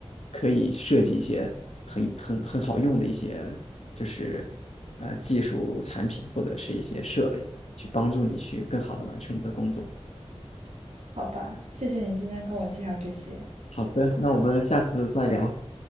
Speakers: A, on the left; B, on the right.
A: 可以设计一些很很很好用的一些就是呃技术产品或者是一些设备，去帮助你去更好的完成你的工作。
B: 好吧，谢谢你今天跟我介绍这些。
A: 好的，那我们下次再聊。